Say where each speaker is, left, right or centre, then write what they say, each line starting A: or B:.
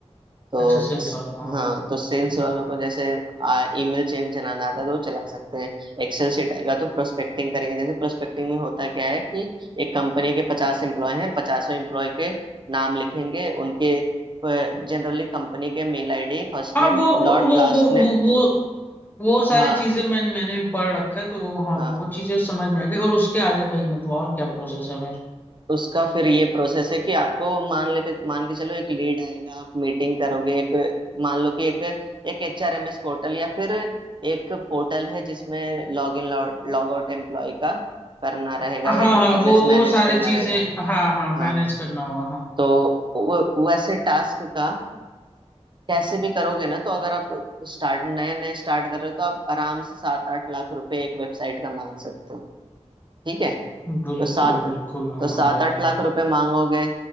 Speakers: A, on the right; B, on the left.
A: तो
B: अच्छा सेल्स
A: इस-
B: वालों को हाँ
A: हाँ तो सेल्स वालों को जैसे आ, ईमेल चेन चलाना आता है तो वो चला सकते हैं एक्सेल सीट आएगा तो प्रोस्पेक्टिंग करेंगे जैसे प्रोस्पेक्टिंग में होता क्या है कि एक कंपनी के पचास एम्प्लॉय हैं पचासों एम्प्लॉय के नाम लिखेंगे उनके जनरली कंपनी के mail ID first
B: हाँ
A: name
B: वो वो
A: dot
B: वो
A: last
B: वो
A: name
B: वो वो वो सारी
A: हाँ
B: चीजें मैंने मैंने भी पढ़ रखा है तो वो हाँ
A: हाँ
B: वो चीजें समझ में आ गई और उसके आगे भाई मतलब और क्या प्रोसेस है फिर
A: उसका फिर ये प्रोसेस है कि आपको मान लेके मान के चलो एक लीड आएगा आप मीटिंग करोगे एक मान लो कि एक एक एच आर एम एस पोर्टल या फिर एक पोर्टल है जिसमें log in log out employee का करना रहेगा
B: हाँ
A: या
B: हाँ
A: डेटाबेस
B: वो
A: मैनेज
B: वो सारी
A: करना
B: चीजें
A: रहेगा
B: हाँ हाँ मैनेज
A: हाँ हाँ।
B: करना होगा हाँ
A: तो वो- वैसे टास्क का कैसे भी करोगे ना तो अगर आप स्टार्ट नए नए स्टार्ट कर रहे हो तो आप आराम से सात आठ लाख रुपए एक वेबसाइट का मांग सकते हो ठीक है
B: बिल्कुल
A: तो सात
B: बिल्कुल
A: तो
B: हाँ
A: सात
B: भाई
A: आठ लाख रुपए मांगोगे